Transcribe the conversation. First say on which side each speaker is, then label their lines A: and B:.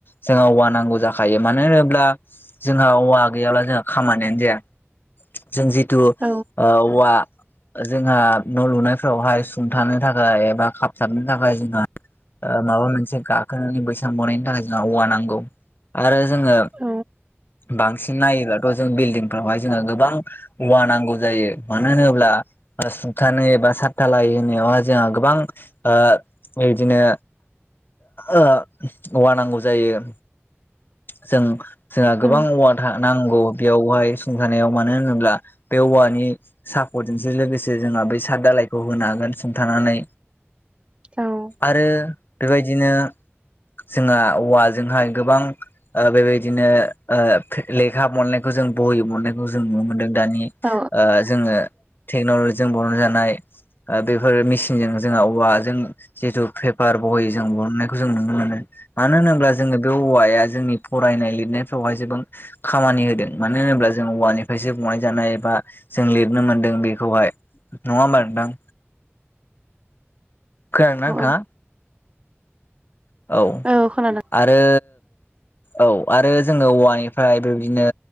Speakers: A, on the left (about 50°); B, on the right (about 25°).
A: जोंहा औवा नांगौ जाखायो मानो होनोब्ला? जोंहा औवा गैयाब्ला जोंहा खामानियानो जाया। जों जिथु
B: औ
A: ओ औवा जोंहा न' लुनो बावहाय सुंथानो थाखाय एबा खाबथाबनो थाखाय जोंहा ओ माबा मोनसे गाखोनानै बैसांबनायनो थाखाय ना औवा नांगौ आरो जोङो
B: औ
A: बांसिन नायोब्लाथ' जों बिल्डिंफोरावहाय जोङो गोबां औवा नांगौ जायो मानो होनोब्ला सुंथानो एबा थालाय होनायावहाय जोंहा गोबां ओ बिदिनो ओ औवा नांगौ जायो जों जोंहा
B: औ
A: गोबां औवा नांगौ बेयावहाय सुंथानायाव मानो होनोब्ला? बे औवानि सापर्जोंजोसो लोगोसे जोंहा बै साद दालायखौ होनो हागोन। सुंथानानै
B: औ
A: आरो बेबायदिनो जोंहा औवाजोंहाय गोबां ओ बेबायदिनो ओ लेखा मोननायखौ जों बहि मोननायखौ जों नुनो मोनदों दानि
B: औ
A: ओ जोङो टेक्न'ल'जिजों बनाय जानाय ओ बेफोर मेसिनजों जोंहा औवाजों जिहेतु पेपार बहि जों बनो खौ जों नुनो मोनो मानो होनोब्ला जोङो बे औवाया जोंनि फरायनाय लिरनायफ्रावहाय जोबो खामानि होदों, मानो होनोब्ला? जोंङो औवानिफ्रायसो बनाय जानाय एबा जों लिरनो मोनदों बेखौहाय नङा होमबा नोंथां? खोनादों ना
B: औ
A: नोंथाङा? औ।
B: औ खोनादों।
A: आरो औ आरो जोङो औवानिफ्राय बेबायदिनो